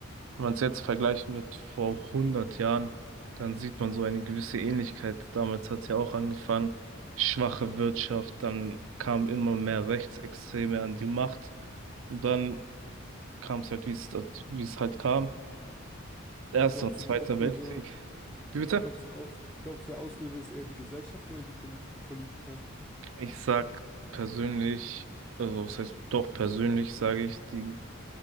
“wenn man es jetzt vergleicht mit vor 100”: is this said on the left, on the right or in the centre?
Right